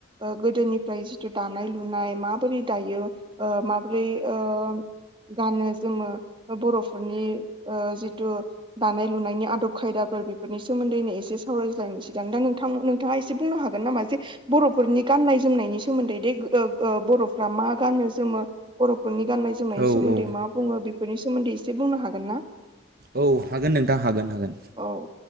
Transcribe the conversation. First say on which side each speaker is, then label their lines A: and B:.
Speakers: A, on the right; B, on the right.
A: ओ गोदोनिफ्राय जिथु दानाय लुन नाय माबोरै दायो ओ माबोरै ओ गानो जोमो बर'फोरनि ओ जिथु दानाय लुनायनि आदब खायदाफोर बिफोरनि सोमोन्दैनो एसे सावरायज्लायनोसैदां दा नोंथां थां-नोंथाङा एसे बुंनो हागोन नामा जे बर'फोरनि गान्नाय जोमनायनि सोमोन्दै दे ओ ओ बर'फ्रा मा मा गानो जोमो बर'फोरनि गान्नाय जोमनायनि
B: औ
A: सोमोन्दै
B: औ
A: मा बुङो बेफोरनि सोमोन्दै एसे बुंनो हागोन ना
B: औ हागोन नोंथां हागोन हागोन
A: औ